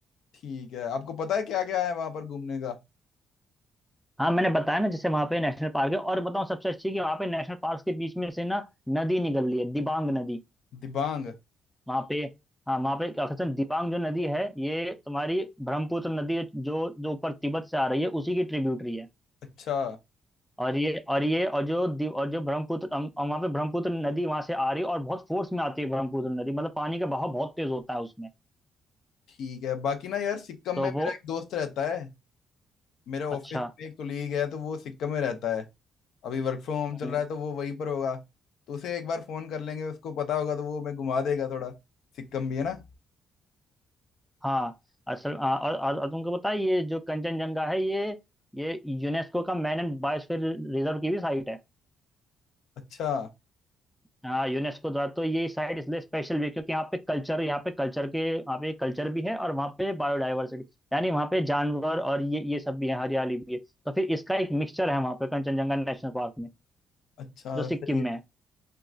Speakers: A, on the left; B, in the centre.
A: ठीक है आपको पता है क्या क्या है वहां पर घूमने का
B: हाँ मैंने बताया ना जैसे वहाँ पे नेशनल पार्क है और बताऊँ सबसे अच्छी कि वहाँ पे नेशनल पार्क के बीच में से ना नदी निकल रही है दिबांग नदी
A: दिबांग
B: वहाँ पे हाँ वहाँ पे क्या कहते हैं दिबांग जो नदी है ये तुम्हारी ब्रह्मपुत्र नदी जो जो ऊपर तिब्बत से आ रही है उसी की ट्रिब्यूटरी है
A: अच्छा
B: और ये और ये और जो दीव, और जो ब्रह्मपुत्र अम- अम- वहाँ पे ब्रह्मपुत्र नदी वहां से आ रही है और बहुत फोर्स में आती है ब्रह्मपुत्र नदी मतलब पानी का बहाव बहुत तेज होता है उसमें
A: ठीक है बाकी ना यार सिक्किम में
B: तो
A: मेरा
B: वो
A: एक दोस्त रहता है मेरे ऑफिस
B: अच्छा
A: में एक कोलीग है तो वो सिक्किम में रहता है अभी वर्क फ्रॉम होम
B: हम्म,
A: चल रहा है तो वो वहीं पर होगा तो उसे एक बार फोन कर लेंगे उसको पता होगा तो वो हमें घुमा देगा थोड़ा सिक्किम भी है ना
B: हाँ असल हाँ, और, और, और तुमको पता है ये जो कंचनजंगा है ये ये यूनेस्को का मैन एंड बायोस्फीयर रिजर्व की भी साइट है
A: अच्छा
B: हाँ यूनेस्को द्वारा तो ये साइट इसलिए स्पेशल भी है क्योंकि यहाँ पे कल्चर यहाँ पे कल्चर के यहाँ पे कल्चर भी है और वहाँ पे बायोडाइवर्सिटी यानी वहाँ पे जानवर और ये ये सब भी है हरियाली भी है तो फिर इसका एक मिक्सचर है वहाँ पे कंचनजंगा नेशनल पार्क में
A: अच्छा
B: जो सिक्किम
A: सही
B: में है
A: है